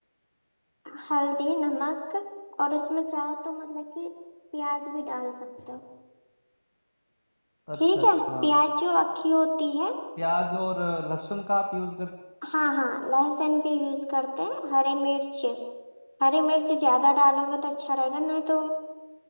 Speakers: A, on the left; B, on the left.
A: ہلدی نمک اور اس میں چاہو تو مطلب کہ پیاز بھی ڈال سکتے ہو
B: اچھا
A: ٹھیک
B: اچھا
A: ہے پیاز جو اکھی ہوتی ہے
B: پیاز اور لسن کا آپ یوز کر
A: ہاں ہاں ل ن بھی یوز کرتے ہیں ہری مرچ ہری مرچ زیادہ ڈالو گے تو اچھا رہے گا نہیں تو